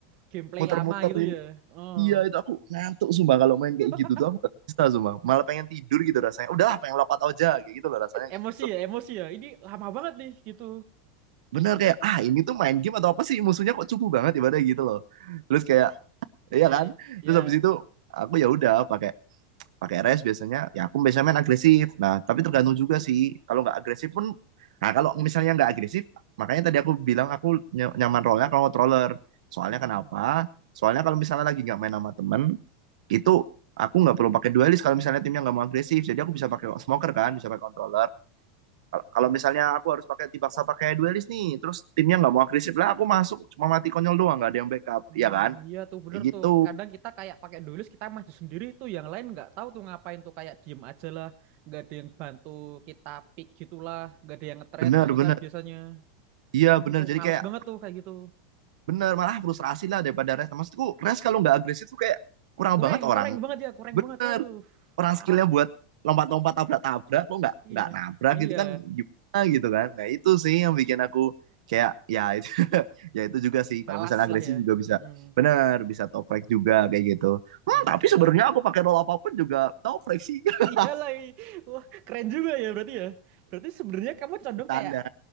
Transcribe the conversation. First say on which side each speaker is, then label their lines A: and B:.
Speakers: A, on the right; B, on the right.
A: Gameplay
B: muter-muter
A: lama gitu
B: gitu
A: ya. Oh.
B: Iya itu aku ngantuk sumpah kalau main kayak
A: <laughs>
B: gitu tuh aku gak bisa sumpah malah pengen tidur gitu rasanya udahlah pengen lock out aja kayak gitu loh rasanya kayak
A: Emosi
B: gitu
A: ya, emosi ya. Ini lama banget nih gitu.
B: bener kayak ah
A: Ah,
B: ini tuh main game atau apa sih musuhnya kok cupu banget ibadah gitu loh terus kayak
A: <laughs> Oke,
B: iya kan
A: ya.
B: terus habis itu aku ya udah pakai pakai rest biasanya ya aku biasanya main agresif nah tapi
A: Hmm.
B: tergantung juga sih kalau nggak agresif pun nah kalau misalnya nggak agresif makanya tadi aku bilang aku nyaman role kalau controller soalnya
A: hmm.
B: kenapa soalnya kalau misalnya lagi nggak main sama temen itu aku nggak perlu pakai duelist kalau misalnya timnya nggak mau agresif jadi aku bisa pakai smoker kan bisa pakai controller kalau kalau misalnya aku harus pakai dipaksa pakai duelist nih terus timnya nggak mau agresif lah aku masuk cuma mati konyol doang nggak ada yang backup
A: Hmm,
B: ya kan
A: iya tuh bener
B: kayak
A: tuh.
B: gitu
A: Kadang kita kayak pakai dulus kita maju sendiri tuh, yang lain nggak tahu tuh ngapain tuh kayak diem aja lah, nggak ada yang bantu kita pick gitulah, nggak ada yang nge-thread
B: bener
A: gitu
B: bener
A: kan biasanya.
B: iya
A: Ah
B: bener
A: itu
B: jadi
A: males
B: kayak
A: banget tuh kayak gitu.
B: Bener, malah frustrasi lah daripada Rest. Maksudku, Rest kalau nggak agresif tuh kayak kurang
A: Kurang,
B: banget orang.
A: kurang banget ya, kurang
B: Bener,
A: banget. Aduh,
B: orang
A: parah.
B: skillnya buat lompat-lompat tabrak-tabrak, kok nggak
A: Iya,
B: nggak nabrak
A: iya,
B: gitu kan gimana gitu kan. Nah itu sih yang bikin aku kayak ya itu <laughs> ya itu juga sih kalau
A: malas
B: misalnya agresif
A: lah ya.
B: juga bisa
A: Hmm,
B: bener bisa toprak juga kayak gitu hmm,
A: iya
B: tapi
A: sih.
B: sebenarnya aku pakai roll apapun juga toprak sih <laughs>
A: Iya lagi. Wah, keren juga ya berarti ya. Berarti sebenarnya kamu condong
B: bercanda
A: kayak